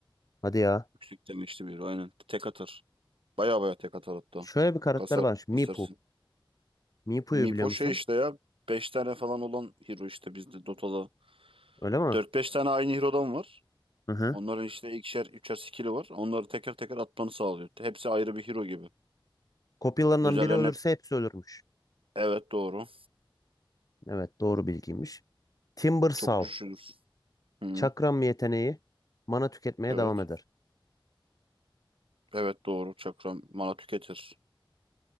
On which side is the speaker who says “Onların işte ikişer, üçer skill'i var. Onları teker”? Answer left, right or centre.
Right